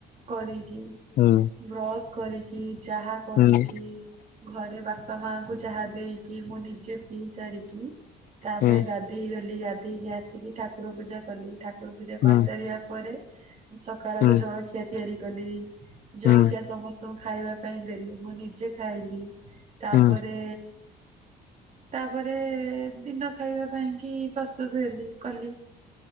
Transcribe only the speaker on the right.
କରିକି
ବ୍ରଶ କରିକି ଚାହା କରିକି
ଘରେ ବାପା ମାଙ୍କୁ ଚାହା ଦେଇକି ମୁଁ ନିଜେ ପିଇ ସାରିକି ତାପରେ
ଗାଧେଇ ଗଲି ଗ ଉଠେଇକି ଆସିକି ଠାକୁର ପୂଜା କଲି ଠାକୁର ପୂଜା କରିସାରିବା
ପରେ ସକାଳ
ର ଜଳଖିଆ ତିଆରି କଲି ଜଳଖିଆ
ସମସ୍ତେ ତୁ ଖାଇବା ପାଇଁ ଦେଲି ମୁଁ ନିଜେ ଖାଇଲି ତାପରେ
ତାପରେ ଦିନ ଖାଇବା ପାଇଁ କି ପ୍ରସ୍ତୁତ ହେଲି କଲି <inaudible>